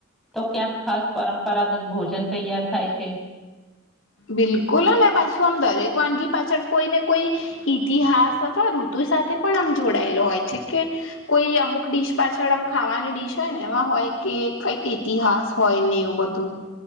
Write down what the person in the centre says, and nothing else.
તો ક્યાંક ખાસ પરંપરાગત ભોજન તૈયાર થાય છે